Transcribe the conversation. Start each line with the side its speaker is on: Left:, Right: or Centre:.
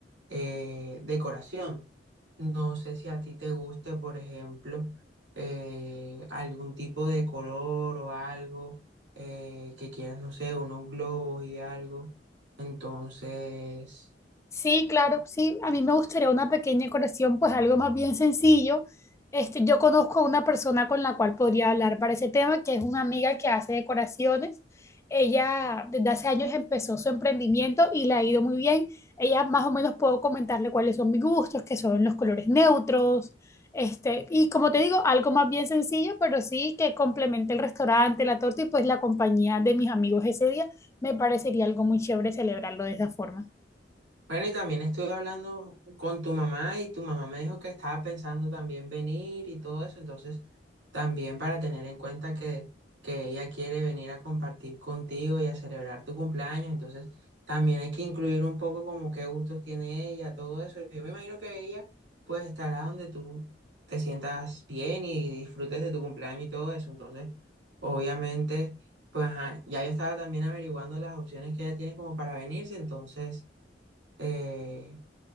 Right: eh, decoración. No sé si a ti te guste, por ejemplo, eh, algún tipo de color o algo eh, que quieras, no sé, unos globos y algo. Entonces...
Left: Sí, claro, sí. A mí me gustaría una pequeña colección, pues algo más bien sencillo. Este, yo conozco a una persona con la cual podría hablar para ese tema, que es una amiga que hace decoraciones. Ella desde hace años empezó su emprendimiento y le ha ido muy bien. Ella más o menos puedo comentarle cuáles son mis gustos, que son los colores neutros, este, y como te digo, algo más bien sencillo, pero sí que complemente el restaurante, la torta y pues la compañía de mis amigos ese día. Me parecería algo muy chévere celebrarlo de esa forma.
Right: Bueno, y también estuve hablando con tu mamá y tu mamá me dijo que estaba pensando también venir y todo eso, entonces también para tener en cuenta que, que ella quiere venir a compartir contigo y a celebrar tu cumpleaños, entonces también hay que incluir un poco como qué gustos tiene ella, todo eso. Yo me imagino que ella pues estará donde tú te sientas bien y disfrutes de tu cumpleaños y todo eso, entonces obviamente pues ajá, ya yo estaba también averiguando las opciones que ella tiene como para venirse, entonces eh,